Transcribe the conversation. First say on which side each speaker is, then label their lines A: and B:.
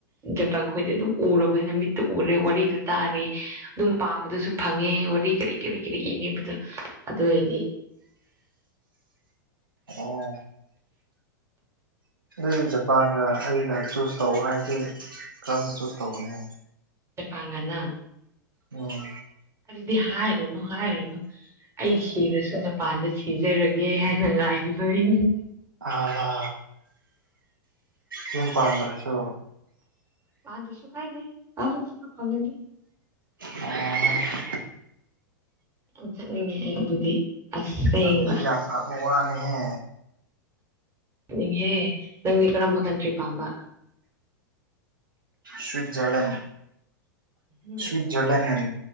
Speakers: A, on the right; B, on the right.
A: ꯖꯄꯥꯟ ꯈꯣꯏꯗꯤ ꯑꯗꯨꯝ ꯎꯨꯔꯕ ꯅꯨꯃꯤꯠꯇꯨ ꯎꯔꯦ ꯋꯥꯔꯤꯗꯨ ꯇꯥꯔꯦ ꯑꯗꯨꯝ ꯄꯥꯕꯗꯁꯨ ꯐꯪꯉꯦ ꯋꯥꯔꯤ ꯀꯔꯤ ꯀꯔꯤ ꯀꯔꯤ ꯏꯕꯤꯕꯗꯣ ꯑꯗꯨ ꯑꯣꯏꯔꯗꯤ
B: ꯑꯣ ꯑꯗꯨ ꯖꯄꯥꯟꯒ ꯑꯩꯒ ꯆꯨꯁ ꯇꯧ ꯍꯥꯏꯔꯗꯤ ꯀꯔꯝꯕ ꯆꯨꯁ ꯇꯧꯕꯅꯤ
A: ꯆ ꯄꯥꯉꯅ
B: ꯎꯝ
A: ꯑꯗꯨꯗꯤ ꯍꯥꯏꯔꯨꯅꯨ ꯍꯥꯏꯔꯅꯨ ꯑꯩ ꯁꯤꯔꯁꯨ ꯖꯄꯥꯟꯗ ꯁꯤꯖꯔꯒꯦ ꯍꯥꯏꯅ ꯉꯥꯏꯔꯤꯕ ꯑꯩꯅꯤ
B: ꯑꯂ ꯌꯨꯝ ꯄꯟꯗ꯭ꯔꯁꯨ
A: ꯄꯥꯟꯗꯁꯨ ꯀꯥꯏꯗꯦ ꯀꯥꯏꯗ ꯆ ꯄꯛꯗꯤ
B: ꯑ
A: ꯌꯥꯝ ꯆꯠꯅꯤꯡꯉꯦ ꯑꯩ ꯑꯗꯨꯗꯤ ꯑꯁꯦꯡꯕ
B: ꯑꯗꯨꯗꯤ ꯌꯥꯝ ꯐꯕ ꯋꯥꯅꯤꯍꯦ
A: ꯅꯤꯡꯍꯦ ꯅꯪꯗꯤ ꯀꯔꯝꯕ ꯀꯟꯇ꯭ꯔꯤ ꯄꯥꯝꯕ
B: ꯁ꯭ꯋꯠꯖꯔꯂꯟ
A: ꯎꯝ
B: ꯁ꯭ꯋꯠꯖꯔꯂꯟ